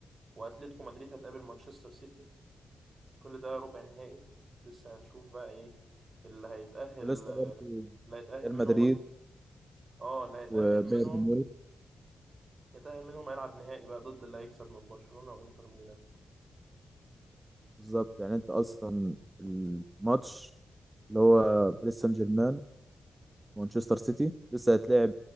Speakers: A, on the right (about 50°); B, on the right (about 25°).
A: واتلتيكو مدريد هتقابل مانشستر سيتي كل ده ربع نهائي لسه هنشوف بقى ايه اللي هيتأهل
B: ولسه
A: آه،
B: برضه
A: اللي هيتأهل
B: ريال
A: منهم
B: مدريد
A: اه اللي هيتأهل
B: وبايرن
A: منهم
B: ميونخ
A: يتأهل منهم هيلعب نهائي بقى ضد اللي هيكسب من برشلونة وانتر ميلان
B: بالظبط يعني انت اصلا الماتش اللي هو باريس سان جيرمان ومانشستر سيتي لسه هيتلعب